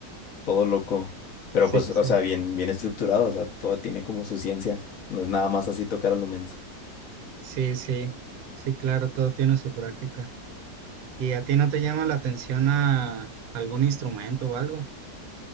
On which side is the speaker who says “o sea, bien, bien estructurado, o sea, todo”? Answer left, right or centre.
Left